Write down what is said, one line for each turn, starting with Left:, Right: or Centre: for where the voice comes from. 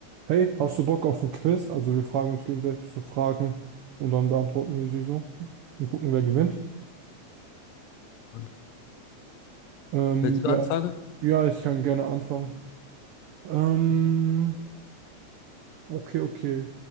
Right: Hey, hast du Bock auf ein Quiz? Also wir fragen uns gegenseitig so Fragen und dann beantworten wir sie so und gucken, wer gewinnt.
Left: Und
Right: Ähm,
Left: willst du
Right: ja,
Left: anfangen?
Right: ja, ich kann gerne anfangen. Ähm, okay, okay.